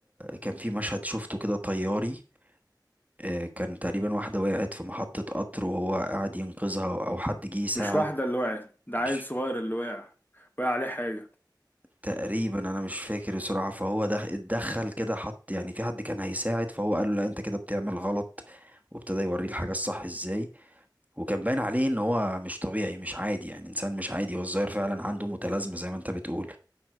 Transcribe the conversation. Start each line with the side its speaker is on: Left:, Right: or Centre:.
Right: كان في مشهد شفته كده طياري آه كان تقريبا واحدة وقعت في محطة قطر وهو قاعد ينقذها أو أو حد جه يساعد
Left: مش واحده اللي وقعت ده
Right: مش
Left: عيل صغير اللي وقع وقع عليه حاجه
Right: تقريبا أنا مش فاكر بصراحة فهو ده اتدخل كده حط يعني في حد كان هيساعد فهو قال له لا أنت كده بتعمل غلط وابتدى يوريه الحاجة الصح ازاي وكان باين عليه ان هو مش طبيعي مش عادي يعني انسان مش عادي هو الظاهر فعلا عنده متلازمة زي ما انت بتقول